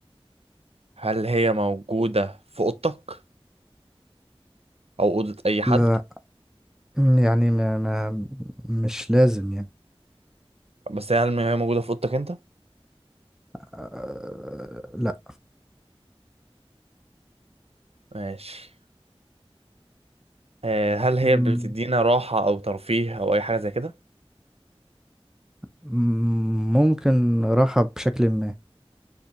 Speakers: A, on the right (about 75°); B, in the centre.
A: هل هي موجودة في أوضتك أو أوضة أي حد
B: لا أم، يعني ما... ما... مش لازم يعني
A: بس هل هي موجودة في أوضتك أنت
B: آه، لا
A: ماشي آه، هل هي
B: أمم.
A: بتدينا راحة أو ترفيه أو أي حاجة زي كده
B: مم، ممكن راحة بشكل ما